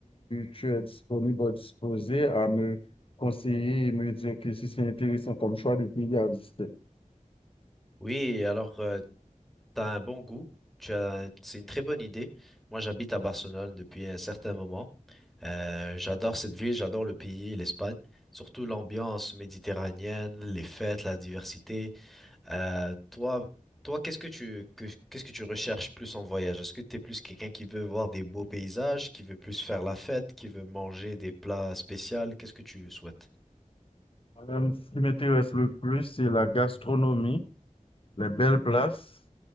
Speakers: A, on the left (about 45°); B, in the centre.
A: tu es disponible ou disposé à me conseiller et me dire que si c'est intéressant comme choix de pays à visiter.
B: Oui, alors euh, t'as un bon goût, tu as, c'est une très bonne idée. Moi, j'habite à Barcelone depuis un certain moment. Euh, j'adore cette ville, j'adore le pays, l'Espagne, surtout l'ambiance méditerranéenne, les fêtes, la diversité. Euh, toi, toi, qu'est-ce que tu que- qu'est-ce que tu recherches plus en voyage? Est-ce que t'es plus quelqu'un qui veut voir des beaux paysages, qui veut plus faire la fête, qui veut manger des plats spéciaux? Qu'est-ce que tu souhaites?
A: Euh, ce qui m'intéresse le plus, c'est la gastronomie. les belles places